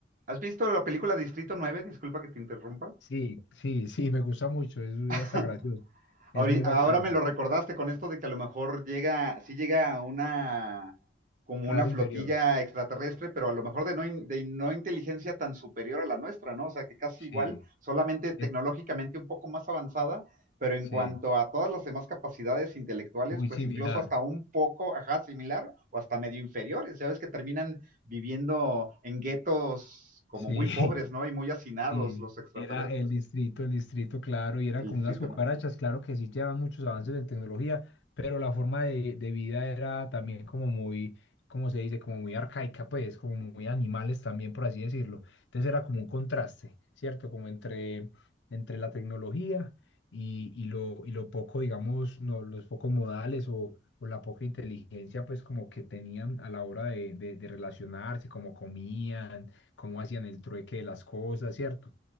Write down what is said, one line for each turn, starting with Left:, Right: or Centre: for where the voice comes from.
Right: ¿Has visto la película Distrito 9? Disculpa que te interrumpa.
Left: sí, sí, sí, me gusta mucho, es
Right: <laughs>
Left: hasta gracioso,
Right: Ahori-
Left: es muy
Right: Ahora
Left: bacana,
Right: me lo recordaste con esto de que a lo mejor llega, sí llega una, como
Left: raza
Right: una flotilla
Left: inferior,
Right: extraterrestre, pero a lo mejor de no, in- de no inteligencia tan superior a la nuestra, ¿no? O sea, que casi
Left: sí,
Right: igual, solamente tecnológicamente
Left: es-
Right: un poco más avanzada, pero en
Left: sí,
Right: cuanto a todas las demás capacidades intelectuales,
Left: muy
Right: pues
Left: similar,
Right: incluso hasta un poco, ajá, similar o hasta medio inferiores. Ya ves que terminan viviendo en guetos como
Left: sí.
Right: muy
Left: <laughs>
Right: pobres, ¿no? Y muy hacinados
Left: Sí,
Right: los extraterrestres,
Left: era el distrito, el distrito, claro, y eran
Right: el
Left: como
Right: distrito,
Left: unas cucarachas,
Right: ¿no?
Left: claro que sí llevan muchos avances en tecnología, pero la forma de, de vida era también como muy, ¿cómo se dice? Como muy arcaica, pues, como muy animales también, por así decirlo. Entonces era como un contraste, ¿cierto? Como entre, entre la tecnología y, y lo, y lo poco, digamos, no, los pocos modales o, o la poca inteligencia, pues, como que tenían a la hora de, de de relacionarse, como comían cómo hacían el trueque de las cosas, ¿cierto?